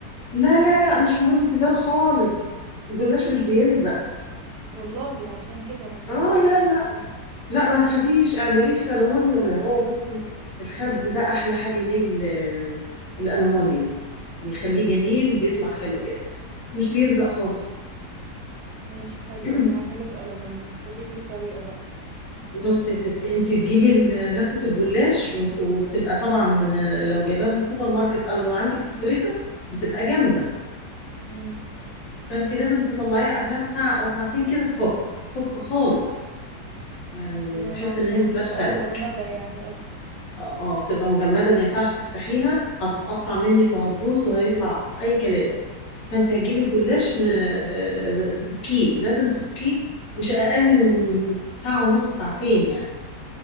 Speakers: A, on the left; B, on the right.
A: لا لا لا مش مهم تيفال خالص الجلاش مش بيلزق
B: والله عشان كده أنا كنت
A: اه
B: بقولك
A: لا لا
B: اه
A: لا ما تخافيش اعمليه في ألمونيوم ده هو بصي الخبز ده أحلى حاجة ليه ال- الألمونيوم بيخليه جميل بيطلع حلو جدا مش بيلزق خالص
B: ماشي حلوة
A: <clears throat>
B: دي هعمله في ألمونيوم قوليلي الطريقة بقى
A: بصي يا ستي انت تجيبي ال- لفة الجلاش و- وبتبقى طبعا من لو جايباها من السوبر ماركت او لو عندك في الفريزر بتبقى جامدة
B: مم.
A: فانت لازم تطلعيها قبلها بساعة او ساعتين كده تفك تفك خالص يعني
B: تمام
A: تحس
B: عشان
A: ان هي ما
B: ما
A: فيهاش
B: تبقى
A: تلج
B: مجمدة يعني قصدي
A: اه اه، بتبقى مجمدة ما ينفعش تفتحيها هتتقطع منك وهتبوظ وهيطلع اي كلام فانت هتجيبي الجلاش م... اه، تفكيه لازم تفكيه مش اقل من ساعة ونص ساعتين يعني